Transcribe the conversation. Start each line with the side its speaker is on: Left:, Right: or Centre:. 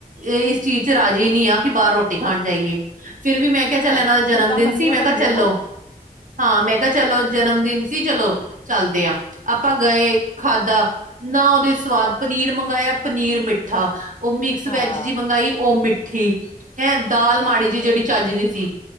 Right: ਇਸ ਚੀਜ਼ ਚ ਰਾਜ਼ੀ ਨਹੀਂ ਆਂ, ਕਿ ਬਾਹਰ ਰੋਟੀ ਖਾਣ ਜਾਈਏ। ਫਿਰ ਵੀ ਮੈਂ ਕਿਹਾ ਚੱਲ
Left: ਆਹ
Right: ਇਹਨਾਂ
Left: ਪਰ
Right: ਦਾ
Left: ਜਿੱਦਾਂ
Right: ਜਨਮ ਦਿਨ
Left: ਮੰਨਨੀਆਂ
Right: ਸੀ ਮੈਂ
Left: ਪੈਂਦੀਆਂ
Right: ਕਿਹਾ ਚੱਲੋ।
Left: ਨਾ
Right: ਹਾਂ ਮੈਂ ਕਿਹਾ ਚਲੋ, ਜਨਮ ਦਿਨ ਸੀ ਚਲੋ। ਚੱਲਦੇ ਹਾਂ ਆਪਾਂ ਗਏ ਖਾਧਾ, ਨਾ ਉਹਦੇ ਸਵਾਦ ਪਨੀਰ ਮੰਗਵਾਇਆ ਪਨੀਰ ਮਿੱਠਾ, ਉਹ ਮਿਕਸ ਵੈਜ
Left: ਹਾਂ
Right: ਜਿਹੀ ਮੰਗਾਈ ਉਹ ਮਿੱਠ ਠੀਕ ਹੈਂ ਦਾਲ ਮਾੜੀ ਜੀ ਜਿਹੜੀ ਚੱਜ ਦੀ ਸੀ।